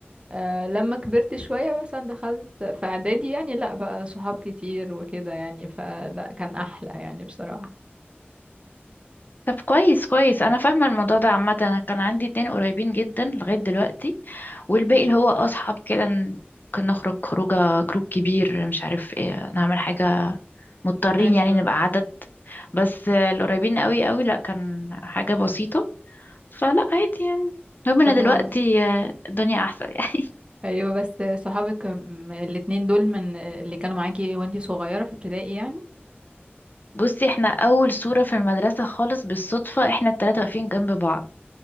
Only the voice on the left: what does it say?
طب كويس كويس انا فاهمه الموضوع ده عامه انا كان عندي اتنين قريبين جدا لغايه دلوقتي والباقي اللي هو اصحاب كده ن- ممكن نخرج خروجه جروب كبير مش عارف ايه نعمل حاجه مضطرين
يعني نبقى عدد بس آه، القريبين قوي قوي لا كان حاجه بسيطه فلا عادي يعني المهم انا
دلوقتي
آه، الدنيا احسن <laughs> يعني
بصي احنا اول صوره في المدرسه خالص بالصدفه احنا التلاته واقفين جنب بعض